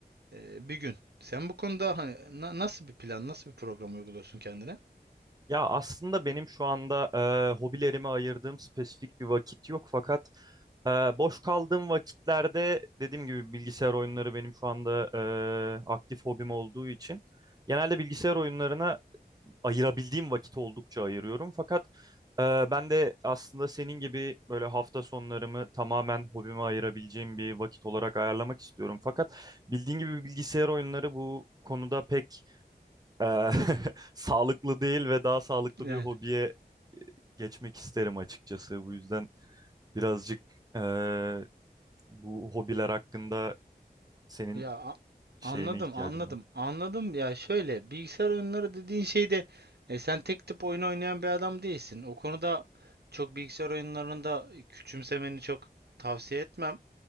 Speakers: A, on the right; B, on the right.
A: ee, bir gün. Sen bu konuda hani na- nasıl bir plan, nasıl bir program uyguluyorsun kendine?
B: Ya aslında benim şu anda e, hobilerime ayırdığım spesifik bir vakit yok fakat e, boş kaldığım vakitlerde dediğim gibi bilgisayar oyunları benim şu anda e, aktif hobim olduğu için genelde bilgisayar oyunlarına ayırabildiğim vakit oldukça ayırıyorum. Fakat e, ben de aslında senin gibi böyle hafta sonlarımı tamamen hobime ayırabileceğim bir vakit olarak ayarlamak istiyorum. Fakat bildiğin gibi bilgisayar oyunları bu konuda pek Eee, <laughs> sağlıklı değil ve daha sağlıklı
A: Yani
B: bir hobiye geçmek isterim açıkçası. Bu yüzden birazcık eee, bu hobiler hakkında senin
A: ya a-
B: şeyine
A: anladım,
B: ihtiyacım
A: anladım,
B: var.
A: anladım. Ya şöyle bilgisayar oyunları dediğin şeyde e, sen tek tip oyun oynayan bir adam değilsin. O konuda çok bilgisayar oyunlarında küçümsemeni çok tavsiye etmem.